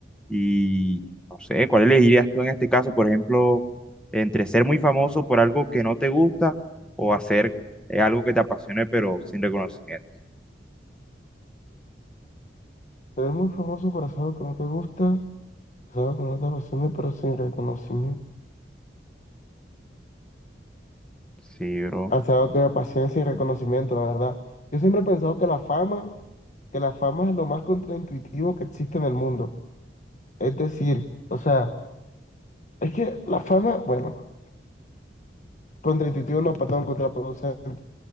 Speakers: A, in the centre; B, on the left.
A: Y no sé, ¿cuál elegirías tú en este caso, por ejemplo, entre ser muy famoso por algo que no te gusta o hacer eh, algo que te apasione pero sin reconocimiento?
B: Tú eres muy famoso por hacer algo que no te gusta, hacer algo que no te apasiona, pero sin reconocimiento.
A: Sí, bro.
B: Hacer algo que me apasiona sin reconocimiento, la verdad. Yo siempre he pensado que la fama, que la fama es lo más contraintuitivo que existe en el mundo. Es decir, o sea, es que la fama, bueno, contraintuitivo no, perdón, contraproducente.